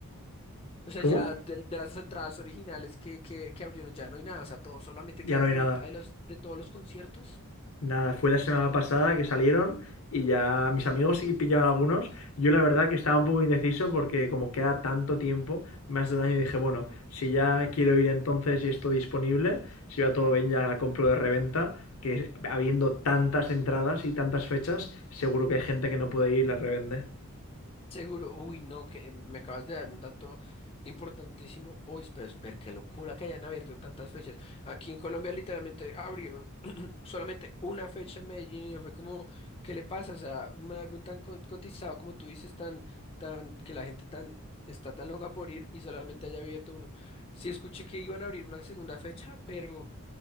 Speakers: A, on the left; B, on the left.
A: O sea,
B: ¿Cómo?
A: ya de, de las entradas originales que, que, que abrieron ya no hay nada. O sea, todo solamente
B: Ya
A: queda
B: no
A: reventa
B: hay nada.
A: de los, de todos los conciertos.
B: Nada, fue la semana pasada que salieron y ya mis amigos sí que pillaron algunos. Yo la verdad que estaba un poco indeciso porque como queda tanto tiempo, más de un año, dije, bueno, si ya quiero ir entonces y esto disponible, si va todo bien ya la compro de reventa, que habiendo tantas entradas y tantas fechas, seguro que hay gente que no puede ir y la revende.
A: Seguro. Uy, no, que eh, me acabas de dar un dato importantísimo. Uy, pero, pero qué locura que hayan abierto tantas fechas. Aquí en Colombia literalmente abrieron <clears throat> solamente una fecha en Medellín y no fue como, ¿qué le pasa? O sea, un álbum tan co- cotizado como tú dices, tan, tan, que la gente tan está tan loca por ir y solamente haya abierto uno. Sí escuché que iban a abrir una segunda fecha, pero...